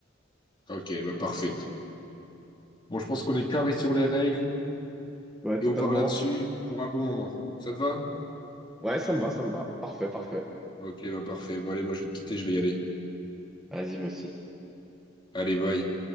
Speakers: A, on the left; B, in the centre.
A: Ok, bah parfait. Bon, je pense qu'on est carré sur les règles
B: Ouais,
A: et
B: totalement.
A: on part là-dessus pour un bon moment. Ça te va?
B: Ouais, ça me va, ça me va. Parfait, parfait.
A: Ok, bah parfait. Bon, allez, moi je vais te quitter, je vais y aller.
B: Vas-y, moi aussi.
A: Allez, bye.